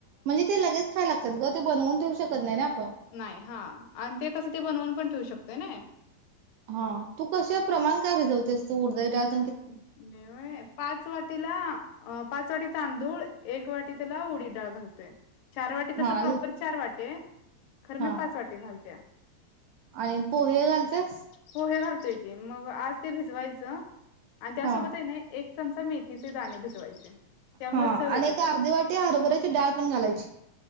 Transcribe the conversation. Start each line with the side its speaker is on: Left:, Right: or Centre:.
Right: म्हणजे ते लगेच खाय लागतात ग ते बनवून ठेवू शकत नाही ना आपण
Left: नाही हा आणि ते कसं ते बनवून पण ठेवू शकतोय ना
Right: हा तू कसे प्रमाण काय भिजवतेस तू उडदाच्या डाळीत
Left: म मी होय पाच वाटीला अ पाच वाटी तांदूळ एक वाटी त्याला उडी डाळ घालतोय चार वाटे
Right: हा
Left: तसं
Right: आणि
Left: प्रॉपर चार वाटे खरं
Right: हा
Left: मी पाच वाटे घालते्या
Right: आणि पोहे घालतेस
Left: पोहे घालतोय की मग आज ते भिजवायचं आणि त्यासोबत
Right: हा
Left: आहे ना एक चमचा मेथीचे दाणे भिजवायचे त्यामुळेव
Right: हा
Left: चव येत
Right: आणि एक
Left: त्याला
Right: अर्धी वाटी हरभऱ्याची डाळ पण घालायची.